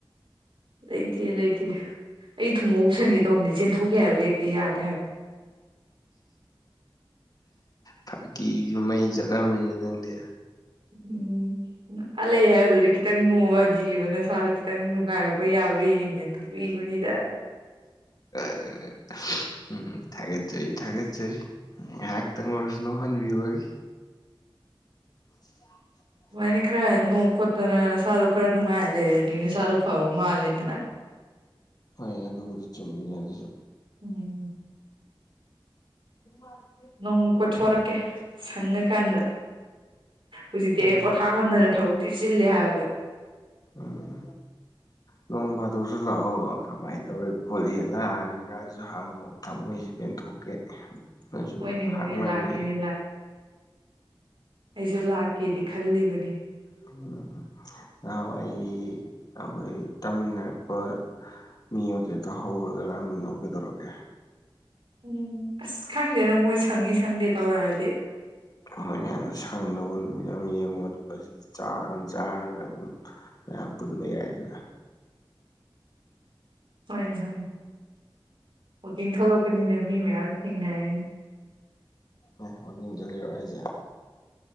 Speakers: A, on the right; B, on the left.
A: ꯂꯩꯇꯦ ꯂꯩꯇꯦ ꯑꯩ ꯊꯨꯝꯃꯣꯛ ꯎꯞꯁꯟꯒꯦ ꯇꯧꯕꯅꯤ ꯆꯦꯟꯊꯣꯛꯈꯤ ꯍꯥꯏꯕ ꯍꯦꯛꯇ ꯌꯥꯗꯦ ꯍꯥꯏꯕ
B: ꯐꯒꯤꯁꯨ ꯃꯩ ꯆꯠꯂꯝꯃ‌ꯦꯅ ꯅꯪꯗꯤ
A: ꯎꯝ ꯑꯥ ꯂꯩ ꯍꯥꯏꯕꯗꯨꯗ ꯈꯤꯇꯪ ꯅꯣꯛꯑꯗꯤꯕ ꯅꯁꯥꯗꯣ ꯈꯤꯇꯪ ꯅꯨꯡꯉꯥꯏꯔꯛꯄ ꯌꯥꯕ꯭ꯔꯥ ꯌꯦꯡꯒꯦꯅ ꯇꯧꯕꯤꯕꯅꯤꯗ
B: <unintelligible> ꯎꯝ ꯊꯥꯒꯠꯆꯔꯤ ꯊꯥꯒꯠꯆꯔꯤ ꯉꯥꯏꯍꯥꯛꯇꯪ ꯑꯣꯏꯔꯁꯨ ꯅ‌ꯣꯛꯍꯟꯕꯤꯕꯒꯤ <unintelligible>
A: ꯑꯗꯨꯃꯥꯏꯅ ꯈꯔ ꯅꯣꯛ ꯈꯣꯠꯇꯅ ꯅꯁꯥꯗꯣ ꯈꯔ ꯅꯨꯡꯉꯥꯏ ꯂꯩꯔꯗꯤ ꯅꯁꯥꯗꯣ ꯐꯕ ꯃꯥꯜꯂꯤꯗꯅ
B: ꯍꯣꯏ ꯑꯗꯨꯕꯨꯗꯤ ꯆꯨꯝꯃꯤꯅꯦ ꯑꯗꯨꯁꯨ
A: ꯎꯝ
B: ꯃ <unintelligible>
A: ꯅꯣꯡꯃ ꯀꯣꯏꯊꯣꯛꯔꯛꯀꯦ ꯁꯪꯉꯀꯥꯟꯗ ꯍꯧꯖꯤꯛꯇꯤ
B: ꯍꯣꯏꯅꯦ
A: ꯑꯩ ꯄꯣꯊꯥꯃꯟꯗꯅ ꯊꯕꯛ ꯊꯤ ꯆꯤꯜꯂꯦ ꯍꯥꯏꯕ
B: ꯎꯝ ꯅꯣꯡ ꯐꯥꯗꯣꯛꯁꯨ ꯂꯥꯛꯑꯣ ꯀꯃꯥꯏꯅ ꯇꯧꯔꯤ ꯈꯣꯠꯂꯤ ꯅꯥꯏ ꯀꯩꯀꯥꯗꯁꯨ ꯍꯪꯉꯣ ꯊꯃꯣꯏꯁꯤ ꯄꯦꯟꯊꯣꯛꯀꯦ ꯅꯣꯏꯁꯨ
A: ꯍꯣꯏꯅꯦ ꯍꯣꯏꯅꯦ
B: ꯍꯥꯛꯃꯜꯂꯤ
A: ꯂꯥꯛꯀꯦꯅꯦ ꯑꯩꯁꯨ ꯂꯥꯛꯀꯦꯗꯤ ꯈꯜꯂꯤꯕꯅꯤ
B: ꯎꯝ ꯅꯍꯥꯟꯋꯥꯏꯒꯤ ꯑꯩꯈꯣꯏ ꯇꯝꯃꯤꯟꯅꯔꯛꯄ ꯃꯤ ꯃꯈꯩꯗꯣ ꯍꯧꯔꯒ ꯂꯥꯡꯃꯤꯟꯅꯧ ꯀꯗꯧꯔꯒꯦ
A: ꯎꯝ ꯑꯁ ꯈꯪꯗꯦꯗ ꯃꯣꯏ ꯁꯪꯉꯤ ꯁꯪꯗꯦ ꯇꯧꯔꯛꯑꯗꯤ
B: ꯍꯣꯏꯅꯦ ꯁꯪꯗꯧꯕ ꯅꯨꯃꯤꯠ ꯑꯃ ꯌꯦꯡꯉꯣ ꯑꯗꯨꯒ ꯁꯤꯗ ꯆꯥꯛ ꯑꯝ ꯆꯥꯔꯒ ꯑꯗꯨꯝ ꯃꯌꯥꯝ ꯄꯨꯟꯕ ꯌꯥꯏꯗꯅ
A: ꯍꯣꯏꯅꯦ ꯍꯣꯏꯅꯦ ꯋꯀꯤꯡ ꯊꯣꯛꯂꯛꯄꯅꯤꯅ ꯃꯤ ꯃꯌꯥꯝ ꯊꯦꯡꯅꯔꯅꯤ
B: ꯑꯦ ꯋꯥꯀꯤꯡ ꯆꯠꯂꯤꯔꯣ ꯍꯥꯏꯁꯦ